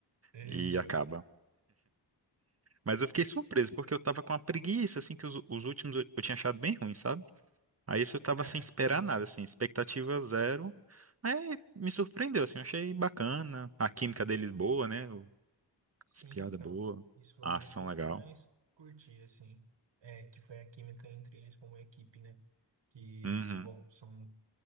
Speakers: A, on the right; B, on the right.
A: Eita.
B: e acaba. Mas eu fiquei surpreso, porque eu tava com uma preguiça, assim, que os, os últimos eu, eu tinha achado bem ruim, sabe? Aí esse eu tava
A: Ah,
B: sem esperar
A: uhum.
B: nada, assim, expectativa zero. Aí me surpreendeu, assim, eu achei bacana. A química deles boa, né? O-
A: Sim,
B: As piadas
A: então,
B: boas,
A: isso foi
B: a
A: uma
B: ação
A: das coisas
B: legal.
A: que eu mais curti, assim, é que foi a química entre eles como equipe, né? Que,
B: Uhum,
A: bom, são,